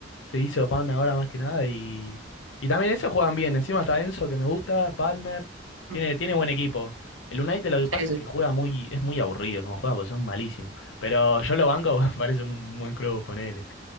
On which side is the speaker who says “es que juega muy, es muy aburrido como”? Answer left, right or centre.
Left